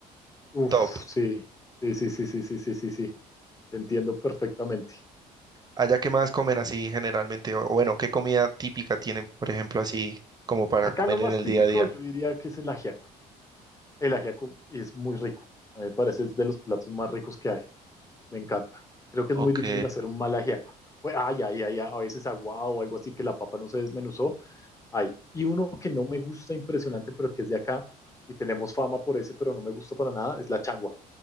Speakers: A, on the left; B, on the right.
A: Uf,
B: top.
A: sí, sí, sí, sí, sí, sí, sí, sí, sí. Te entiendo perfectamente.
B: Allá, ¿qué más comen así generalmente? O o bueno, ¿qué comida típica tienen, por ejemplo, así como para
A: Acá
B: comer
A: lo más
B: en el
A: típico
B: día a día?
A: yo diría que es el ajiaco. El ajiaco es muy rico. A mí me parece es de los platos más ricos que hay. Me encanta. Creo que
B: Ok,
A: es muy difícil hacer un mal ajiaco. Pues, ay, ay, ay, a veces aguado o algo así que la papa no se desmenuzó. Ay. Y uno que no me gusta impresionante, pero que es de acá y tenemos fama por ese, pero no me gusta para nada, es la changua.